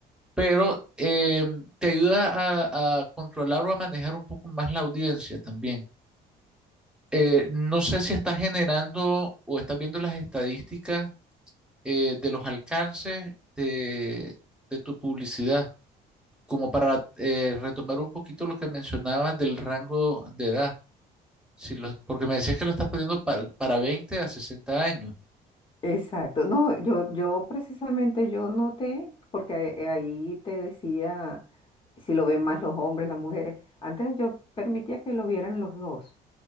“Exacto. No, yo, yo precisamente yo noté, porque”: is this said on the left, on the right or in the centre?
Left